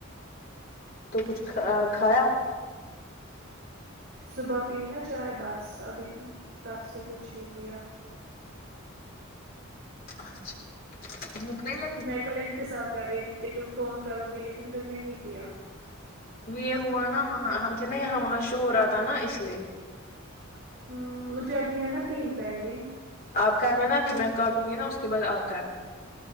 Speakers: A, on the left; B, on the right.
A: تو کچھ کھایا
B: صبح پی نا چائے بس ابھی تب سے کچھ نہیں پیا
A: اچھا بھوک نہیں لگی
B: میں کل انتظار کر رہی تھی کہ تم فون کرو گی لیکن تم نے نہیں کیا
A: یہ ہوا نا وہاں ہم تھے نا یہاں وہاں شور ہورہا تھا نا اس لیے
B: ھمم مجھے ابھی ہے نا تین پینڈنگ
A: آپ کرنا نا اب میں کاٹوں گی نا اس کے بعد آپ کرنا